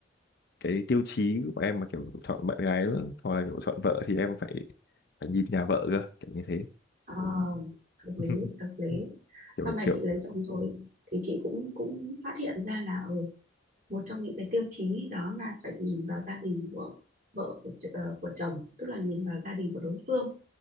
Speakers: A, on the left; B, on the right.
A: cái tiêu chí của em mà kiểu chọn bạn gái hoặc là kiểu chọn vợ thì em phải phải nhìn nhà vợ cơ kiểu như thế
B: Ờ, hợp lý
A: <laughs>
B: hợp lý
A: kiểu
B: sau này
A: kiểu
B: chị lấy chồng rồi thì chị cũng cũng phát hiện ra là ừ, một trong những cái tiêu chí đó là phải nhìn vào gia đình của vợ của, ch- ờ, của chồng tức là nhìn vào gia đình của đối phương